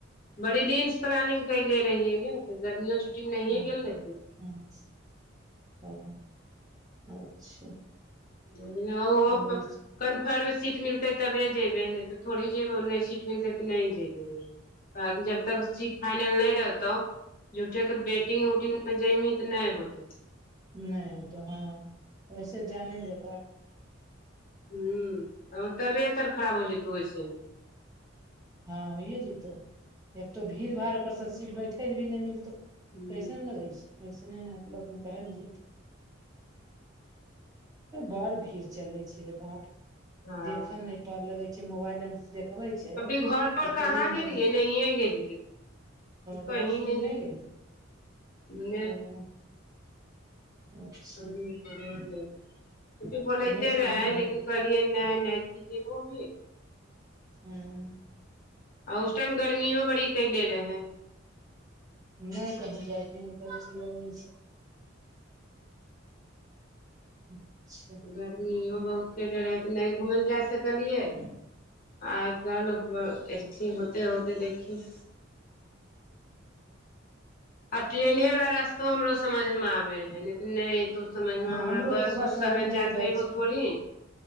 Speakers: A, on the left; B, on the right.
A: बड़ी दिन से प्लानिंग कले रहियै गे तऽ गर्मियो छुट्टीमे नहिए
B: हँ
A: गेल रहियै
B: हँ <unintelligible> अच्छा
A: <unintelligible>
B: अबरी
A: कन्फर्म सीट मिलतै तबे जयबै नहि तऽ थोड़ी जेबै ओ नहि सीट मिलतै तऽ नहि जेयबै बाकि जब तक सीट फाइनल नहि रहतौ झूठो क वेटिंग उटिंग मे जइमहीं तऽ नहि होतौ
B: नहि ओ तऽ हँ वैसे जाने ल
A: हूंम्म तबियत आर खराब हो जेतौ ओहिसे मे
B: हँ होइए जैतौ एकतो भीड़ भाड़ ओकरसँ सीट बैठे ले भी नहि मिलतौ
A: ह
B: पैसे ने लगै छै वैस नहि ब कहल जीत बड़ भीड़ चलै छै रे बाप
A: हँ
B: देखल नहि पड़ लगै छै मोबाइल आर देखबे छै
A: घरो
B: कि
A: आर कहाँ
B: ट्रेन
A: गेलियै
B: आर
A: नहिए गेलियै
B: गणेश
A: कहीं
B: ओहिठाम
A: नहि गेलियै
B: गेल
A: ने
B: ओ
A: ह
B: अच्छा
A: <unintelligible> बोलेते
B: इहे से
A: रहे
B: एनहि
A: है
B: घुम
A: लेकिन <unintelligible> नै नै कि जब भ
B: हूंम्म
A: आ उस टाइम गर्मियो बड़ी कैले रहेै
B: नहि कहीं जायके मोन करै छै ई गरमी से अच्छा
A: गर्मिो बहुत करे रहै तऽ नहि घुमय लए जाय सकलियै आइ काल्हि ऐसे होते होते देखे आ ट्रेने वाला रास्तो हमरो समझ मे आबै है नहि तऽ नहि तो समझमे
B: हँ
A: हमरा
B: हमरो
A: बस
B: आरके
A: उस से
B: गाड़ी
A: हमे
B: लागि
A: जाय पयबौ
B: जाइ छै
A: थोड़ी